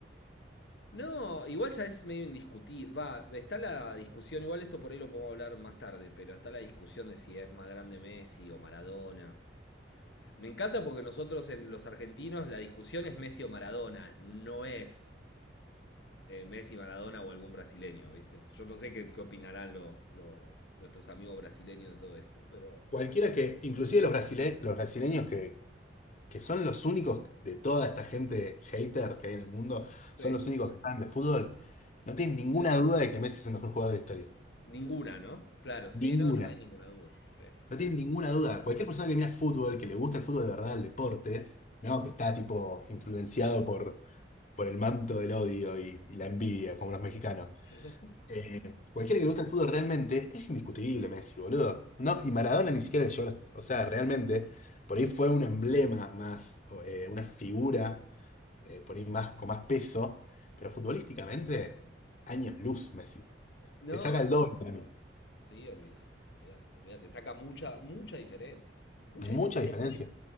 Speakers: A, on the left (about 65°); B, on the left (about 40°).
A: No, igual ya es medio indiscutible. Va, está la discusión, igual esto por ahí lo podemos hablar más tarde, pero está la discusión de si es más grande Messi o Maradona. Me encanta porque nosotros en los argentinos la discusión es Messi o Maradona, no es eh, Messi, Maradona o algún brasileño, ¿viste? Yo no sé qué, qué opinarán los, los- nuestros amigos brasileños de todo esto, pero...
B: Cualquiera que, inclusive los, brasile- los brasileños que, que son los únicos de toda esta gente hater que hay en el mundo,
A: Sí.
B: son los únicos que saben de fútbol, no tienen ninguna duda de que Messi es el mejor jugador de la historia.
A: Ninguna, ¿no? Claro, sí,
B: Ninguna.
A: no, no hay ninguna duda. Sí.
B: No tienen ninguna duda. Cualquier persona que mira fútbol, que le gusta el fútbol de verdad, el deporte, no, que está tipo influenciado por por el manto del odio y, y la envidia, como los mexicanos.
A: <laughs>
B: Eh, cualquiera que le guste el fútbol realmente es indiscutible, Messi, boludo. No, y Maradona ni siquiera yo, o sea, realmente, por ahí fue un emblema más, o, eh, una figura, eh, por ahí más, con más peso, pero futbolísticamente, años luz, Messi.
A: No,
B: Le saca el doble para mí.
A: sí, olvídate, olvídate, olvídate. Saca mucha, mucha diferencia. Mucha
B: Mucha
A: diferencia
B: diferencia.
A: en Messi.